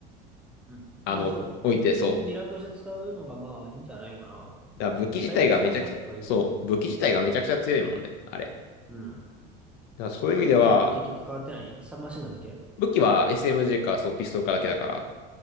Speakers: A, in the centre; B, on the left.
A: うん。
B: あの、
A: まあ、そう。
B: 置いて、
A: 普通にミラーとして使うのがまあいいんじゃないかな。
B: そう。だから武器自体がめちゃくちゃ、
A: だいぶ使いやすくなってはいると思う。
B: そう、武器自体がめちゃくちゃ強いもんね、あれ。
A: うん。
B: だからそういう意味では、
A: 武器は結局変わってないサブマシンガンだけ
B: 武器は SMG か、そう、ピストルかだけだから。